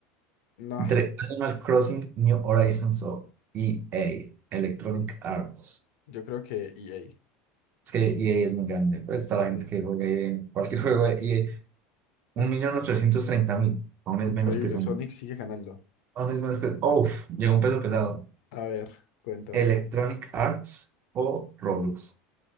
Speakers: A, on the left; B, on the right.
A: no,
B: Entre Animal Crossing, New Horizons o E a Electronic Arts.
A: yo creo que EA.
B: Es que E a es muy grande. Pues está
A: Sí.
B: la gente que juega EA, cualquier juego de E A.
A: Mm,
B: un millón ochocientos treinta mil Aún es
A: Increíble,
B: menos que Sonic.
A: Sonic sigue ganando.
B: Only Smash Cut. Uf, llegó un peso pesado.
A: A ver, cuéntame.
B: Electronic Arts o Roblox.